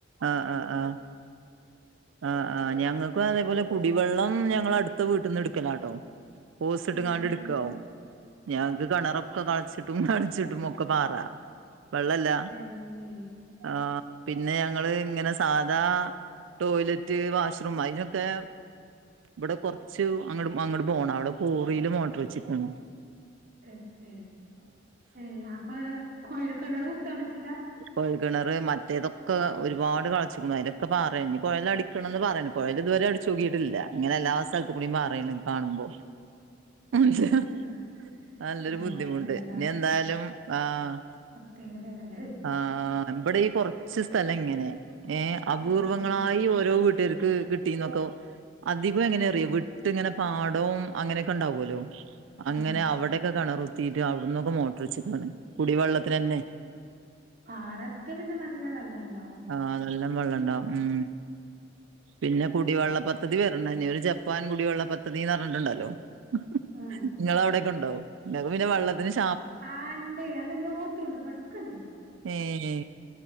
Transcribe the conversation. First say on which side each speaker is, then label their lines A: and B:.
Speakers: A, on the right; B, on the right.
A: അ അ ആഹ് ആ ആ് ഞങ്ങക്കു അതേപോലെ കുടിവെള്ളം ഞങ്ങളെ അട്ത്ത വീട്ട്ന്ന് അ്ട്ക്കലാട്ടോ. ഓസിട്ട്കാണ്ട്ട്കാവും.
B: അതെന്തേ
A: ഞങ്ങക്ക് കിണറൊക്ക കൾച്ച്ട്ടും <unintelligible> ഒക്കെ പാറ. വെള്ളല്ല
B: പിന്നെ
A: ആഹ് പിന്നെ ങ്ങള്ങ്ങനെ സാധാ ടോയ്ലറ്റ് വാഷ്റൂം അയിനൊക്കെ ബടെ കൊറച്ച് അങ്ങട് പോണം അവടെ കോറീല് മോട്ട്റ് വെച്ച്ക്കാണ്.
B: എ എ ഏഅപ്പൊ കൊഴല് കെണർ കുത്താംപറ്റൂല.
A: കൊഴൽകെണറ് മറ്റേതൊക്കെ ഒരുപാട് കളച്ച്ക്കുണു അയിലൊക്കെ പാറേണ് ഞി കൊഴല് അടി ക്കണന്ന് പറയണ് കൊഴ ൽഇതുവരെ അടിച്ചച്ച് നോക്കിയിട്ടില്ല ഇങ്ങനെ എല്ലാ സ തുണീമറാണ് കാണുമ്പോ. <unintelligible>
B: ആഹ്
A: മ നല്ലൊരു
B: ആഹ്
A: ബുദ്ധിമുട്ട്
B: എന്താ
A: ഇനി എന്തായാലും ആഹ്.
B: ത്യേകതയാണല്ലേ.
A: ആ ബടയീടെ കൊറച്ച് സ്ഥലങ്ങനെ ഏ അ അപൂർവങ്ങളായി
B: ആണ്ല്ലേ
A: ഓരോ വീട്ടുകാർക്ക് കിട്ട് <inaudible> അധികം എങ്ങനെ അറിയോ വിട്ട്ങ്ങനെ പാടോം അങ്ങനെക്കെണ്ടാവലോ അങ്ങനെ
B: ആഹ്
A: അവിടെയൊക്കെ കിണറുത്തീയിട്ട് അവിടന്നൊക്കെ മോട്ടോർ വച്ചക്കാണ് കുടിവെള്ളത്തിനന്നെ
B: പാടത്ത് പിന്നെ നല്ല വെള്ളം ഇണ്ട്
A: ആഹ് നല്ലം വെള്ളണ്ടവും ഉം പിന്നെ കുടിവെള്ള പദ്ധതി വരണം ഇഞ്ഞി ഒരു ജപ്പാൻ കുടിവെള്ള പദ്ധതിന്ന് പറഞ്ഞിട്ടുണ്ടല്ലോ
B: ഉം
A: ഹലോ
B: ആഹ്
A: ഇങ്ങളവ്ടൊക്കണ്ടോ? ഇങ്ങക്ക് പിന്നെ വെള്ളത്തിനു ക്ഷാമ
B: ആ ഇണ്ടേ അതെല്ലാട്ത്തുണ്ട് ഇവിട്ക്ക്ണ്ട്.
A: ഏഹേ